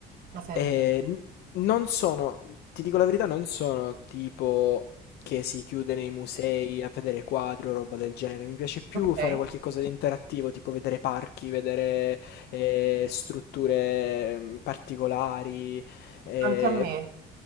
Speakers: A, on the right; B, on the left.
A: Ha senso.
B: E n- non sono, ti dico la verità, non sono tipo che si chiude nei musei a vedere quadri o roba del genere. Mi piace più
A: Okay.
B: fare qualche cosa di interattivo, tipo vedere parchi, vedere eh, strutture mm, particolari, eh,
A: Anche a me.